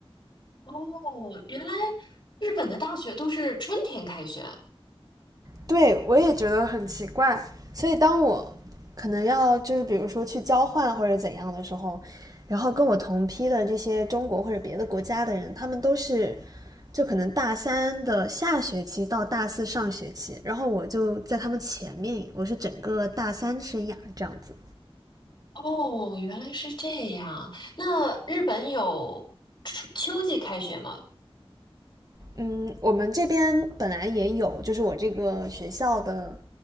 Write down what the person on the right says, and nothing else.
对我也觉得很奇怪。所以当我可能要就是比如说去交换或者怎样的时候，然后跟我同批的这些中国或者别的国家的人，他们都是就可能大三的下学期到大四上学期，然后我就在他们前面，我是整个大三生涯这样子。
嗯，我们这边本来也有，就是我这个学校的